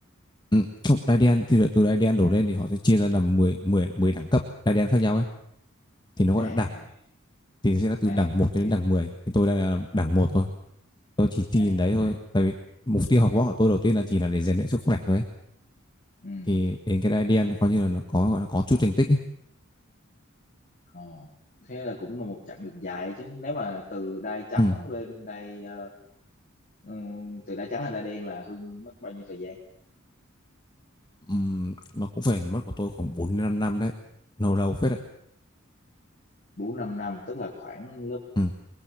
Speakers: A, on the left; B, on the left.
A: ừ. không đai đen thì là từ đai đen đổ lên thì họ sẽ chia ra làm 10 10 10 đẳng cấp đai đen khác nhau ấy thì nó gọi
B: à
A: là đẳng thì sẽ là từ
B: à
A: đẳng một
B: ok
A: cho đến đẳng mười thì tôi đang là đẳng một thôi tôi chỉ thi
B: à
A: đến đấy thôi tại vì mục tiêu học võ của tôi đầu tiên là chỉ là để rèn luyện sức khỏe thôi
B: ừ
A: thì đến cái đai đen coi như là nó có gọi là có chút thành tích ấy.
B: ồ thế là cũng là một chặng đường dài đấy chứ nếu mà từ đai trắng
A: Ừ.
B: lên đai ờ, ừ, từ đai trắng lên đai đen là Hưng mất bao nhiêu thời gian
A: Ừm, nó cũng phải mất của tôi khoảng 4 đến năm năm đấy lâu lâu phết đấy
B: bốn năm năm tức là khoảng lớp
A: ừ.